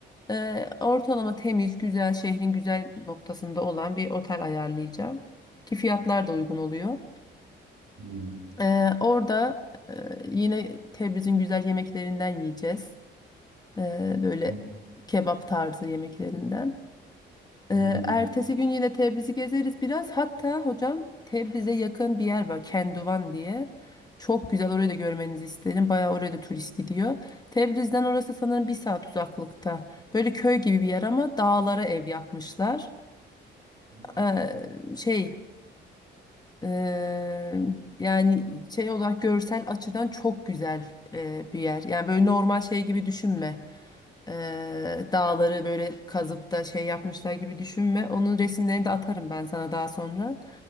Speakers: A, on the left (about 20°); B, on the right (about 45°).
A: E, ortalama temiz güzel şehrin güzel noktasında olan bir otel ayarlayacağım. Ki fiyatlar da uygun oluyor.
B: Hmm.
A: Ee, orada e, yine Tebriz'in güzel yemeklerinden yiyeceğiz. Ee, böyle
B: O-
A: kebap tarzı yemeklerinden. Ee,
B: Hmm.
A: ertesi gün yine Tebriz'i gezeriz biraz. Hatta hocam Tebriz'e yakın bir yer var Kenduvan diye. Çok güzel orayı da görmenizi isterim. Bayağı oraya da turist gidiyor. Tebriz'den orası sanırım bir saat uzaklıkta. Böyle köy gibi bir yer ama dağlara ev yapmışlar.
B: Allah Allah.
A: Ee, şey Eee, yani şey olarak görsel açıdan çok güzel eee, bir yer. Yani böyle normal şey gibi düşünme. Eee, dağları böyle kazıp da şey yapmışlar gibi düşünme. Onun resimlerini de atarım ben sana daha sonra.